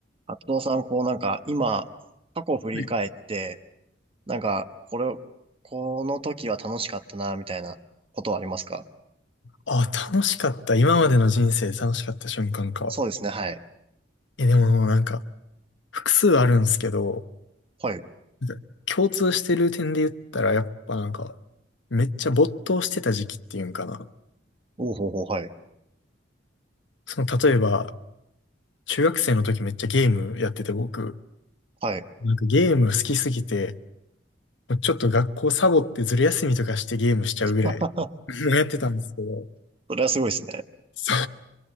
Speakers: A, on the right (about 30°); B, on the left (about 80°).
A: あとさん、こうなんか今、過去を振り返って、
B: はい
A: なんか、これ、この時は楽しかったな、みたいなことはありますか
B: あ、楽しかった。今までの人生で楽しかった瞬間か。
A: そうですね、はい。
B: え、でもなんか、複数あるんですけど、
A: はい。
B: なんか共通してる点で言ったら、やっぱなんか、めっちゃ没頭してた時期っていうんかな。
A: おうほうほう、はい。
B: その、例えば、中学生の時めっちゃゲームやってて、僕、
A: はい。
B: なんかゲーム好きすぎて、ちょっと学校サボってずる休みとかしてゲームしちゃうぐらい
A: <laughs>
B: <laughs>、やってたんですけど、
A: それはすごいですね。
B: そ